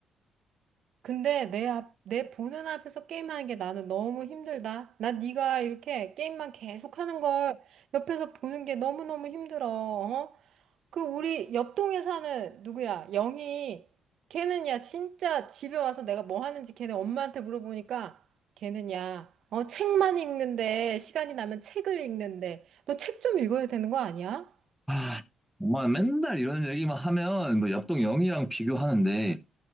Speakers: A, on the right; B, in the centre.
A: 근데 내 앞, 내 보는 앞에서 게임하는 게 나는 너무 힘들다. 나 네가 이렇게 게임만 계속하는 걸 옆에서 보는 게 너무너무 힘들어. 어? 그 우리 옆동에 사는 누구야? 영희. 걔는 야 진짜 집에 와서 내가 뭐 하는지 걔네 엄마한테 물어보니까 걔는 야 어, 책만 읽는데 시간이 나면 책을 읽는데 너 책 좀 읽어야 되는 거 아니야?
B: 아, 엄마 맨날 이런 얘기만 하면 뭐 옆동 영희랑 비교하는데